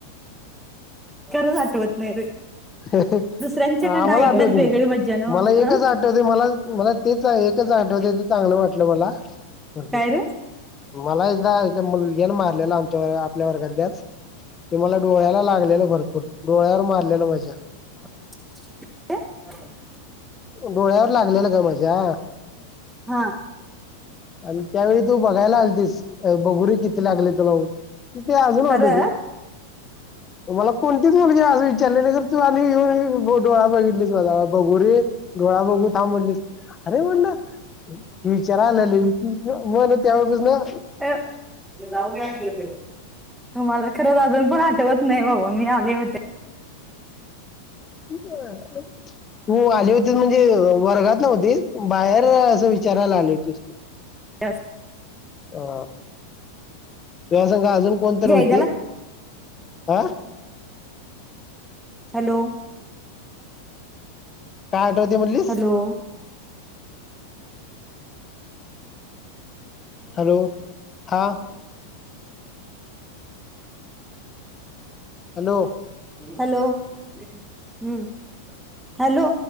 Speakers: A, in the centre; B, on the left.
A: खरंच आठवत नाही रे
B: आम्हाला
A: दुसऱ्यांच्याकडं ऐकण्यात
B: आठवते
A: वेगळी मज्जा ना
B: मला एकच
A: अ
B: आठवते मला मला तेच एकच आठव्या चांगलं वाटलं मला भरपूर
A: काय रे
B: मला एकदा मुलगीला मारलेला आमच्यावर आपल्यावर घाातल्यास ते मला डोळ्याला लागलेल भरपूर डोळ्यावर मारलेल मजा
A: <inaudible>
B: डोळ्यावर लागलेलं ग माझ्या
A: हा
B: आणि त्यावेळी तू बघायला आलतीस बगुरी किती लागली तुला ते अजून वाटत
A: खरं
B: तुम्हाला कोणतीच मुलगी आज विचारलेली तू आणि येऊन डोळा बघितली म बघूरे डोळा बघ सांभलीस अरे म्हणलं ह विचार आलेले मला त्या बाच ना
A: अ नव हतेव मला खरंच अजून पण आठवत नाही बाबा मी आले होते
B: ह तू आले होते म्हणजे वर्गात नव्हती बाहेर असं विचारायला आले होते च
A: बच
B: ह तेिवा्हा संघ अजून कोणतरी
A: जयद्याला
B: होती आह
A: हॅलो
B: काय आठवते म्हणलीस
A: हॅलो
B: हॅलो हा हॅलो
A: हॅलो हम् हॅलो.